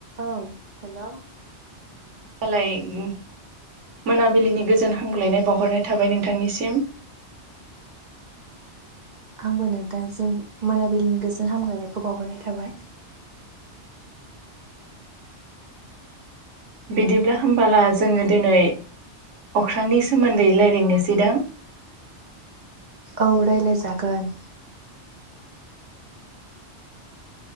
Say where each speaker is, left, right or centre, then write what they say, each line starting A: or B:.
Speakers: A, on the right (about 45°); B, on the right (about 85°).
A: औ हेल'।
B: <unintelligible> मोनाबिलिनि गोजोन हामग्लायनाय बावहरनाय थाबाय नोंथांनिसिम।
A: आंबो नोंथांसिम मोनाबिलिनि गोजोन हामगायनायखौ बावहरनाय थाबाय।
B: बिदिब्ला होमबोला जोङो दिनै। अख्रांनि सोमोन्दै राय्लायनोसै दां।
A: औ राय्लायजागोन।